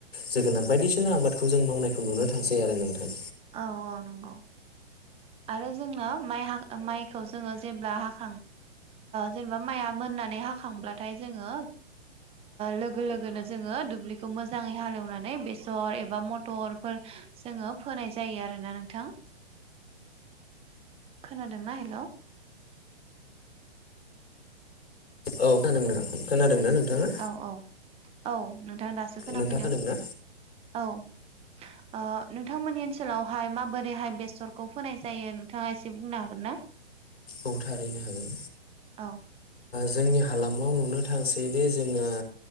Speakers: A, on the left; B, on the right.
A: जोगोनार बायदिसिना आबादखौ जों मावनायखौ नुनो थांसै आरो नोंथां
B: औ औ नंगौ आरो जोंना माइखौ जोङो जेब्ला हाख जेनेबा माय आ मोननानै हाखांबाथाय जोङो लोगो लोगो जोङो दुब्लिखौ मोजाङै हालेवनानै बेसर एबा मथर फोनाय जायो आरोना नोंथां खोनादोंना हेल'
A: औ खोनादों खोनादोंना नोंथाङा?
B: औ औ औ नोंथां दासो खोनाफैदों
A: नोंथाङा खोनादोंना
B: औ नोंथांमोननि ओनसोलाव हाय माबोरैहाय बेसरखौ फोनाय जायो नोंथाङा एसे बुंनो हागोन ना?
A: औ थारहैनो हागोन
B: औ
A: जोंनि हालामाव नुनो थांसैदि जोङो